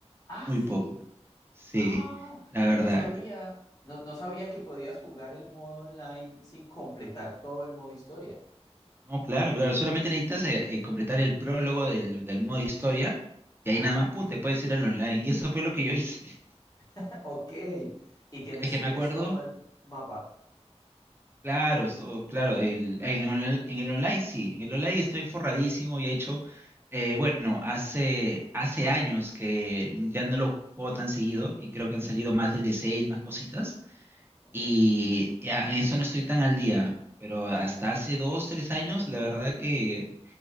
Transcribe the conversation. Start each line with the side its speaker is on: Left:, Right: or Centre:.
Left: Ah,
Right: muy
Left: sí.
Right: poco. Sí,
Left: Ah,
Right: la
Left: yo
Right: verdad.
Left: no sabía, no, no sabía que podías jugar el modo online sin completar todo el modo historia.
Right: No, claro, claro, solamente necesitas eh, eh, completar el prólogo del, del modo historia y ahí
Left: Ajá.
Right: nada más, pum, te puedes ir al online. Y eso fue lo que yo hice. <laughs>
Left: <laughs> Ok. Y tienes,
Right: Es que me
Left: tienes
Right: acuerdo
Left: todo el mapa.
Right: Claro, so- claro, el- en, el, en el online sí, en el online estoy forradísimo y he hecho, eh, bueno, hace, hace años que ya no lo juego tan seguido y creo que han salido más DLCs, más cositas
Left: Ok.
Right: y ya en eso no estoy tan al día, pero hasta hace dos, tres años la verdad que